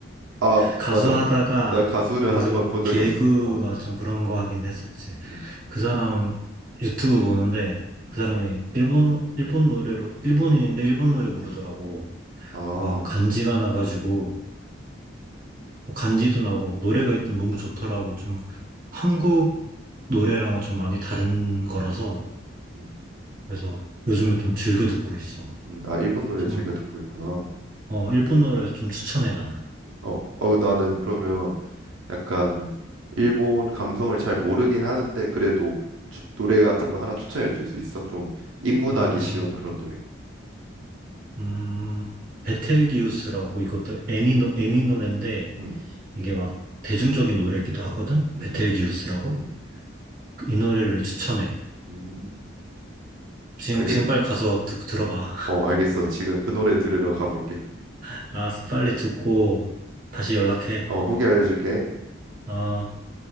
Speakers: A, on the right; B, on the right.
A: 아
B: 가수
A: 맞아.
B: 하다가
A: 내가 가수를
B: 그
A: 하는
B: 좀
A: 건 본 적이
B: 개그가
A: 없어. 어.
B: 좀 그런 거 하긴 했었지.
A: 음,
B: 그 사람 유튜브 보는데
A: 음.
B: 그 사람이 일본 일본 노래로 일본인인데 일본 노래 부르더라고.
A: 아.
B: 막 간지가 나가지고 뭐 간지도 나고 막 노래가 일단 너무 좋더라고. 좀 한국 노래랑은 좀 많이 다른 거라서
A: 음,
B: 그래서 요즘에 좀 즐겨 듣고 있어.
A: 음. 아 일본 노래
B: 좀
A: 즐겨 듣고 있구나.
B: 어, 일본 노래 좀 추천해 나는.
A: 어, 어, 나는 그러면 약간 일본 감성을 잘 모르긴 하는데 그래도 추- 노래 같은 거 하나 추천해 줄 수 있어? 좀 입문하기
B: 어,
A: 쉬운 그런 노래?
B: 음, 베텔기우스라고 이것도 애니 노 애니 노래인데
A: 음,
B: 이게 막 대중적인 노래기도 하거든?
A: 음,
B: 베텔기우스라고?
A: 음, 음.
B: 이 노래를 추천해.
A: 음.
B: 지금,
A: 알겠,
B: 지금 빨리 가서 듣, 들어봐.
A: 어, 알겠어. 지금 그 노래 들으러 가볼게.
B: <laughs> 알았어, 빨리 듣고 다시 연락해.
A: 어, 후기 알려줄게.
B: 어.